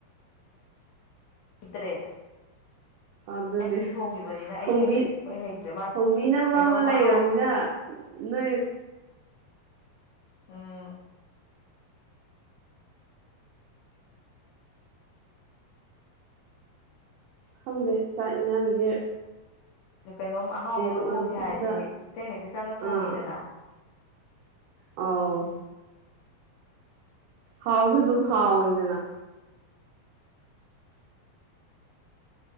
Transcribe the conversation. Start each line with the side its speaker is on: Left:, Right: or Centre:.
Left: ꯍꯩꯇ꯭ꯔꯦ
Right: ꯑꯗꯨꯅꯦ
Left: ꯃꯣꯏ ꯁꯨꯝ ꯊꯣꯡꯒꯤꯕꯅꯤꯅ ꯑꯩ
Right: ꯊꯣꯡꯕꯤ
Left: ꯍꯩꯇ꯭ꯔꯦ ꯍꯣꯏ ꯍꯩꯇ꯭ꯔꯦ ꯃꯥꯁꯦ
Right: ꯊꯣꯡꯕꯤꯅꯕ
Left: ꯀꯩꯅꯣꯃ
Right: ꯑꯃ ꯂꯩꯔꯃꯤꯅ
Left: ꯑꯍꯥꯎ ꯑꯃ
Right: ꯅꯣꯏ
Left: ꯎꯝ
Right: ꯈꯪꯗꯦ ꯆꯥꯛ ꯌꯦꯟꯖꯥꯡꯖꯦ
Left: ꯑꯗꯨ ꯀꯩꯅꯣꯝ ꯑꯍꯥꯎꯕ ꯑꯃ
Right: ꯑꯣꯏꯕꯁꯤꯗ
Left: ꯊꯣꯡꯖꯤ ꯍꯥꯏꯔꯗꯤ ꯏꯇꯩꯅ ꯍꯦꯛꯇ ꯆꯪꯉ
Right: ꯑꯥ
Left: ꯊꯣꯡꯒꯤꯗꯅ
Right: ꯑꯥꯎ ꯍꯥꯎꯖꯨ ꯑꯗꯨꯝ ꯍꯥꯎꯋꯤꯗꯅ